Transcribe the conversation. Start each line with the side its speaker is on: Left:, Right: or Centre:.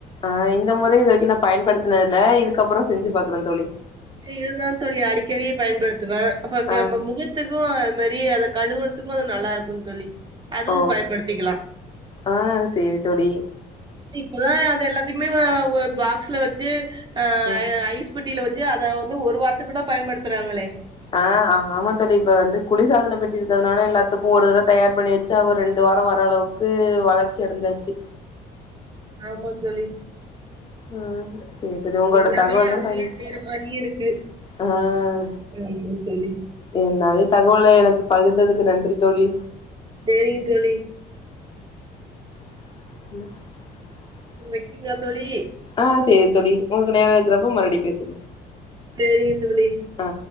Left: ஆ இந்த முறை இது வரைக்கும் நான பயன்படுத்தினது இல்ல இதுக்கப்பறம் செஞ்சு பாக்குறே தோழி
Right: இதுதான் தொழி அடிக்கடி பயன்படுத்துவேன் அப்ப
Left: ஆ
Right: நம்ம முகத்துக்கும் அது மாரி அத கழுவுறதுக்கும் அது நல்லா இருக்கும் தோழி அதுவும்
Left: ஓ
Right: பயன்படுத்திக்கலாம்
Left: ஆ சேரி தோழி
Right: இப்தான் அது எல்லாம் எமே ஒரு பாக்ஸ்ல வச்சு ஆ
Left: ம்.
Right: ஐஸ் குட்டில அத வந்து ஒரு வாரத்துக்குதா பயன்படுத்துறாங்களே
Left: ஆ ஆமா தோழி இப்ப வந்து குளி சாதன பெட்டி இருக்கிறதுனால எல்லாத்துக்கும் ஒரு தடவ தயார் பண்ணி வச்சு அவர் ரெண்டு வாரம் வர அளவுக்கு வளர்ச்சி அடைஞ்சாச்சு
Right: ஆமா தோழி
Left: ஆ செரி உங்களோட
Right: எல்லாமே
Left: தகவலாம்
Right: அதுலயே
Left: பயன்படுத்தி
Right: செய்யற மாரியே இருக்கு
Left: ஆ
Right: ஆமா தோழி
Left: என்ன தகவல் எனக்கு பகிர்ந்ததுக்கு நன்றி தோழி
Right: செறீங்க தோழி
Left: <inaudible>
Right: வைக்கீங்களா தோழி
Left: ஆ செரி தோழி உங்க நேரம் இருக்கிறப்ப மறுபடி பேசுங்க
Right: செரிங்க தோழி
Left: ஆ